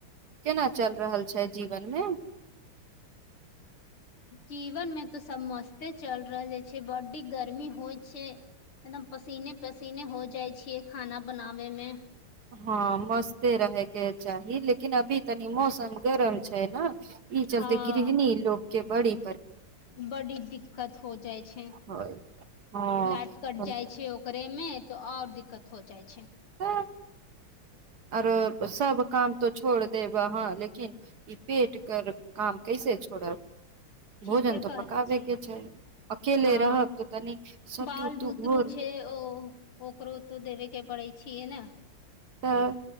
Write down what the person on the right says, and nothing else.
केना चलि रहल छै जीवनमे
हँ मस्ते रहयके चाही लेकिन अभी तनि मौसम गरम छै ने ई चलते
गृहणी लोको के पड़ी
होय हँ
तब
त आरो सब काम तऽ छोड़ देब हहाँ लेकिन ई पेट कर काम कैसे छोड़ब
भोजन तऽ
पकाबेके
छै अकेले
रहब तऽ तनी सतू
तू
घोर
तऽ